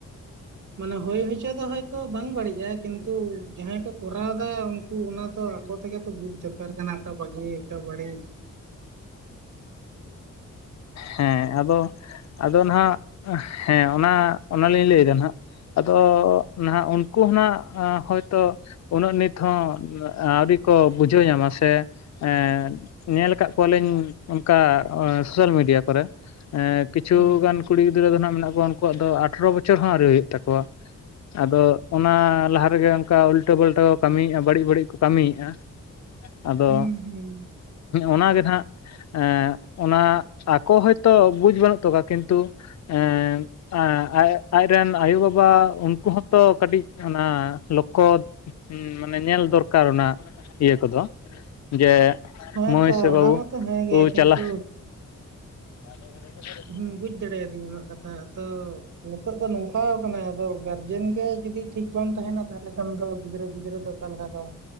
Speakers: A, on the right; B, on the left.
A: ᱢᱟᱱᱮ ᱦᱳᱭ ᱦᱚᱪᱚ ᱫᱚ ᱦᱳᱭ ᱛᱚ ᱵᱟᱝ ᱵᱟᱟᱹᱲᱤᱡᱼᱟ? ᱠᱤᱱᱛᱩ ᱡᱟᱦᱟᱸᱭ ᱠᱚ ᱠᱚᱨᱟᱣ ᱫᱟ ᱩᱱᱠᱩ ᱚᱱᱟ ᱫᱚ ᱟᱠᱚ ᱛᱮᱜᱮ ᱛᱚ ᱵᱩᱡ ᱫᱚᱨᱠᱟᱨ ᱠᱟᱱᱟ ᱚᱠᱟ ᱵᱷᱟᱹᱜᱤᱼᱼ ᱛᱚ ᱵᱟᱹᱲᱤᱡᱽ᱾
B: ᱦᱮᱸ ᱟᱫᱚ ᱟᱫᱚ ᱱᱟᱦᱟᱜ ᱦᱮᱸ ᱚᱱᱟ ᱚᱱᱟᱞᱤᱧ ᱞᱟᱹᱭ ᱫᱟ ᱱᱟᱦᱟᱜ, ᱟᱫᱚ ᱱᱟᱦᱟᱜ ᱩᱱ ᱩᱱᱠᱩ ᱦᱚᱸ ᱱᱟᱦᱟᱜ ᱦᱚᱭᱛᱚ ᱩᱱᱟᱹᱜ ᱱᱤᱛ ᱦᱚᱸ ᱟᱹᱣᱨᱤ ᱠᱚ ᱵᱩᱡᱷᱟᱹᱣ ᱧᱟᱢᱟ ᱥᱮ ᱮᱸᱻ ᱧᱮᱞ ᱠᱟᱜ ᱠᱚᱣᱟᱞᱤᱧ ᱚᱱᱠᱟ ᱥᱳᱥᱟᱞ ᱢᱤᱰᱤᱭᱟ ᱠᱚᱨᱮ ᱮ ᱠᱤᱪᱷᱩ
A: ᱦᱩᱸ
B: ᱜᱟᱱ ᱠᱩᱲᱤ ᱜᱤᱫᱽᱨᱟᱹ ᱫᱚ ᱱᱟᱸᱜ ᱢᱮᱱᱟᱜ ᱠᱚᱣᱟ ᱩᱱᱠᱩᱣᱟᱜ ᱫᱚ ᱟᱴᱷᱨᱚ ᱵᱚᱪᱷᱚᱨ ᱦᱚᱸ ᱟᱹᱣᱨᱤ ᱦᱩᱭᱩᱜ ᱛᱟᱠᱚᱣᱟ᱾ ᱟᱫᱚ ᱚᱱᱟ ᱞᱟᱦᱟ ᱨᱮᱜᱮ ᱚᱱᱠᱟ ᱩᱞᱴᱟᱹ ᱯᱟᱞᱴᱟ ᱠᱚ ᱠᱟᱢᱤᱭᱮᱜᱼᱟ, ᱵᱟᱹᱲᱤᱡᱽ ᱵᱟᱹᱲᱤᱡᱽ ᱠᱚ ᱠᱟᱢᱤᱭᱮᱜᱼᱟ ᱟᱫᱚ
A: ᱦᱩᱸ ᱦᱩᱸ
B: ᱚᱱᱟ ᱜᱮ ᱱᱟᱦᱟᱜ ᱮᱸᱻ ᱚᱱᱟ ᱟᱠᱚ ᱦᱳᱭᱛᱳ ᱵᱩᱡᱽ ᱵᱟᱹᱱᱩᱜ ᱛᱟᱠᱚᱣᱟ ᱠᱤᱱᱛᱩ ᱮᱸᱻ ᱟᱡ ᱟᱡᱨᱮᱱ ᱟᱭᱳ ᱵᱟᱵᱟ ᱩᱱᱠᱩ ᱦᱚᱸᱛᱚ ᱠᱟᱹᱴᱤᱡ ᱚᱱᱟ ᱞᱚᱠᱠᱷᱚ ᱦᱩᱸ ᱢᱟᱱᱮ ᱧᱮᱞ ᱫᱚᱨᱠᱟᱨ ᱚᱱᱟ ᱤᱭᱟᱹ ᱠᱚᱫᱚ᱾ ᱡᱮ
A: ᱦᱮᱸ
B: ᱢᱟᱹᱭ
A: ᱛᱚ
B: ᱥᱮ
A: ᱚᱱᱟ
B: ᱵᱟᱹᱵᱩ
A: ᱢᱟᱛᱚ ᱦᱮᱸ ᱜᱮ ᱠᱤᱱᱛᱩ
B: ᱪᱟᱞᱟᱜ <unintelligible>
A: ᱦᱩᱸ ᱵᱩᱡ ᱫᱟᱲᱮᱭᱟᱫᱤᱧ ᱟᱢᱟᱜ ᱠᱟᱛᱷᱟ ᱛᱚᱻ ᱱᱤᱛᱚᱜ ᱫᱚ ᱱᱚᱝᱠᱟ ᱠᱟᱱᱟ ᱟᱫᱚ ᱜᱟᱨᱡᱮᱱ ᱜᱮ ᱡᱩᱫᱤ ᱴᱷᱤᱠ ᱵᱟᱢ ᱛᱟᱦᱮᱸᱱᱟ ᱛᱟᱦᱚᱞᱮ ᱠᱷᱟᱱ ᱫᱚ ᱜᱤᱫᱽᱨᱟᱹ ᱯᱤᱫᱽᱨᱟᱹ ᱫᱚ ᱚᱠᱟ ᱞᱮᱠᱟ ᱠᱚ